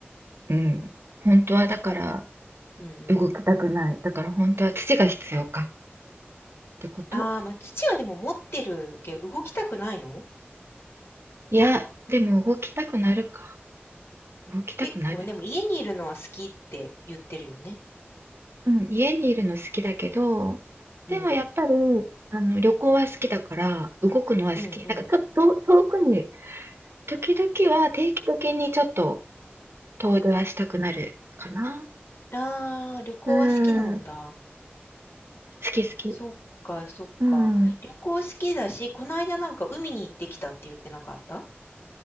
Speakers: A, on the right (about 70°); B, on the left (about 70°).
A: うん。本当はだから
B: なんか、うんうん。
A: 動きたくない。だから本当は土が必要かってこと
B: ああ、まあ、土はでも持ってるけど、動きたくないの
A: いや、でも動きたくなるか。動きたくなる。
B: 結構でも家にいるのは好きって言ってるよね。
A: うん、家にいるの好きだけど、
B: うん。
A: でもやっぱり、あの、旅行は好きだから、動くのは好き。
B: うんうん。
A: だからちょっと遠くに、時々は定期的にちょっと遠出はしたくなるかな。
B: ああ、旅行は好きなんだ。
A: うん。好き好き。
B: そっかそっか。
A: うん。うん、
B: 旅行好きだし、この間なんか海に行ってきたって言ってなかった